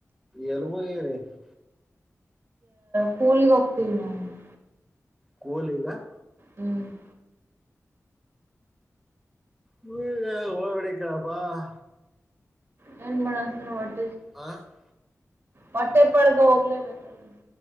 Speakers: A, in the centre; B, on the right (about 50°).
A: ಎಲ್ಲಿ ಹೋಗಿರಿ <unintelligible>
B: ಕೂಲಿಗೆ ಹೋಗ್ತೀವಿ ನಾವು <unintelligible>
A: ಕೂಲಿಗ <inaudible>
B: ಹ್ಮ್ <unintelligible>
A: ಹ್ಮ ಓವೆಡಿಕಪ್ಪಾ <unintelligible>
B: ನನ್ <unintelligible> ಹ್ಮ <inaudible>
A: ಹಾ <unintelligible>
B: ಬಟ್ಟೆಪರ್ಗ ಹೋಗ್ಲೇಬೇಕಲ್ಲ <unintelligible>